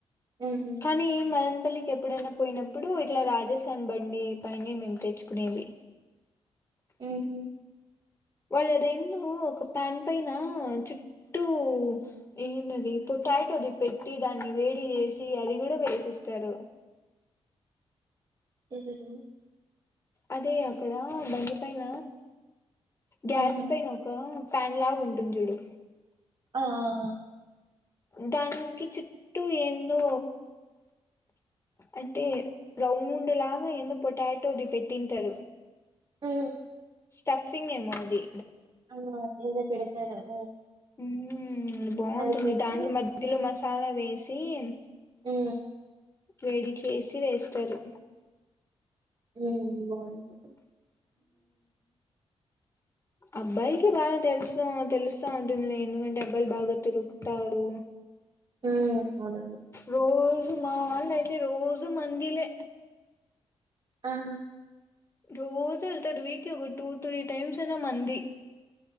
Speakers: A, on the right; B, on the left.
A: ఉహు
B: కానీ ఏ మం పల్లికి ఎప్పుడైనా పోయినప్పుడు ఇట్లా రాజసన్ బండి పైనే మేము తెచ్చుకునేది
A: ఊహు
B: వాళ్ళు అదేందో ఒక ప్యాన్ పైన చుట్టూ ఏంటది పొటాటో అది పెట్టి దాన్ని వేడి చేేసి అది కూడా వేసిస్తారు
A: ఎవరు
B: అదే అక్కడ బండి పైన గ్యాస్
A: ఆహా
B: పైనొక ఫ్యాన్ లాగా ఉంటుంది చూడు
A: ఆ ఆ ఆ
B: దానికి చుట్టూ ఏందో అంటే రౌండ్ లాగా ఏందో పొటాటోది పెట్టింటారు
A: ఆ
B: స్టఫింగ్ ఏమో అది
A: ఆ ఎందో పెడ్ <unintelligible>
B: ఊ హూ ఊ బాగుంటుంది
A: అది పెట్టి
B: దాంట్లో మధ్యలో మసాలా వే సీన్
A: ఆ
B: వేడి చేసి వేస్తారు
A: ఊ బాగుంటది
B: అబ్బాయిలకి బాగా తెలుసు తెలుస్తా ఉంటుంది లే ఎందుకంటే అబ్బాయిలు బాగా తిరుగుతారు
A: ఆ అవునును
B: రోజు మా వాళ్ళు అయితే రోజు మందిలే
A: ఆహా
B: రోజు వెళ్తారు వీక్ ఒక టూ త్రీ టైమ్స్ అయినా మంది